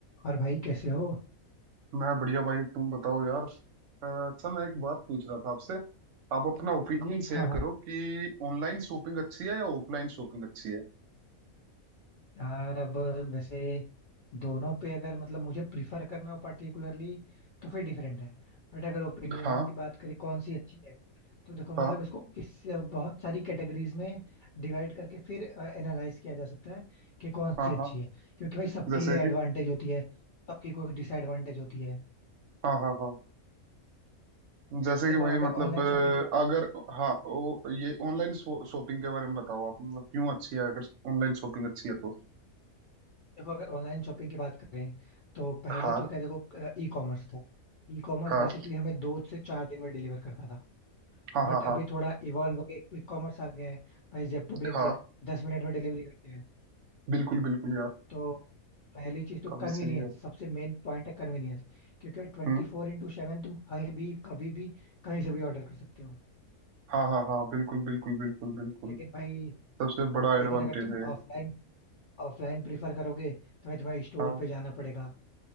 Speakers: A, on the left (about 75°); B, on the right (about 65°).
A: और भाई कैसे हो
B: मैं बढ़िया भाई तुम बताओ यार अ, अच्छा मैं एक बात पूछ रहा था आपसे आप अपना ओपिनियन शेयर
A: हाँ हाँ
B: करो कि ऑनलाइन शॉपिंग अच्छी है या ऑफलाइन शॉपिंग अच्छी है
A: यार अब वैसे दोनों पे अगर मतलब मुझे प्रिफर करना हो पर्टिकुलरली तो फिर डिफरेंट है बट अगर ओपिनियन
B: हाँ
A: की बात करें कौन सी अच्छी है तो देखो मतलब
B: हाँ
A: इसको किस बहुत सारी कैटेगरीज में डिवाइड करके फिर एनालाइज किया जा सकता है कि कौन
B: हाँ
A: सी अच्छी
B: हाँ
A: है क्योंकि भाई सबकी
B: जैसे कि
A: एडवांटेज होती है सबकी कोई डिसएडवांटेज होती है
B: हाँ हाँ हाँ जैसे
A: देखो
B: कि भाई
A: अगर
B: मतलब
A: ऑनलाइन
B: अ,
A: शॉपिंग की बात
B: अगर हाँ ओ, ये ऑनलाइन शॉपिंग के बारे में बताओ आप मतलब क्यों अच्छी है अगर ऑनलाइन शॉपिंग अच्छी है तो
A: देखो अगर ऑनलाइन शॉपिंग की बात करें तो पहले
B: हाँ
A: तो क्या देखो ई कॉमर्स था ई कॉमर्स
B: हाँ
A: बेसिकली हमें दो से चार दिन में डिलीवर करता था
B: हाँ
A: बट
B: हाँ
A: अभी
B: हाँ
A: थोड़ा इवॉल्व हो गया क्विक कॉमर्स आ गया है भाई जेप्टो ब्लिंकिट
B: हाँ
A: दस मिनट में डिलीवरी करते हैं
B: बिल्कुल बिल्कुल यार
A: तो पहली चीज तो
B: काफी
A: कन्वीनियंस
B: सही है
A: सबसे मेन पॉइंट है कन्वीनियंस क्योंकि ट्वेंटी
B: हम्म
A: फोर इंटू सेवन तुम कहीं भी कभी भी कहीं से भी ऑर्डर कर सकते हो
B: हाँ हाँ हाँ बिल्कुल बिल्कुल बिल्कुल बिल्कुल
A: लेकिन भाई
B: सबसे बड़ा
A: लेकिन
B: एडवांटेज
A: अगर तुम
B: है ये।
A: ऑफलाइन ऑफलाइन प्रीफर करोगे तो भाई तुम्हें स्टोर
B: हाँ
A: पे जाना पड़ेगा